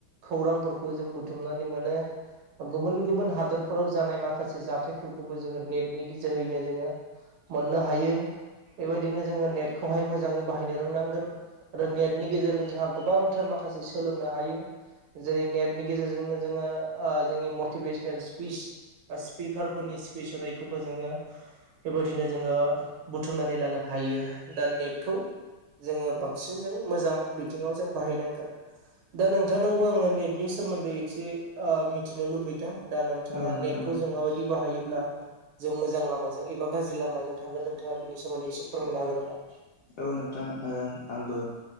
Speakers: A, on the right (about 80°); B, on the left (about 70°).
A: खौरांफोरखौ जों बुथुमनानै मोनो। गुबुन गुबुन हादरफोराव जानाय माखासे जाथायफोरखौबो जोंङो नेटनि गेजोहैनो जोङो मोननो हायो बेबायदिनो जोंङो नेटखौहाय मोजाङै बाहायनो रोंनांगोन आरो नेटनि गेजेरजों जोंहा गोबांथ थार माखासे सोलोंनो हायो जेरै नेटनि गेजेरजोंनो जोंङो ओ जोंनि मटिभेसनेलस स्पिस बा स्पिकारफोरनि स्पिस होनायखौबो जोंङो बेबायदिनो जोंङो बुथुमनानै लानो हायो दा नेटखौ जोंङो बांसिन जों मोजां बिथिङाव जों बाहायनांगौ दा नोंथांनावबो आङो नेटनि सोमोन्दै एसे ओ मिथिनो लुबैदों दा नोंथाङा
B: औ नोंथां
A: नेटखौ जों माबायदि बाहायोब्ला जों मोजां लामाजों एबा गाज्रि लामाजों थांगोन नोंथाङा बिनि सोमोन्दै एसे फोरमायना होगोन नामा?
B: औ नोंथां ओ आंबो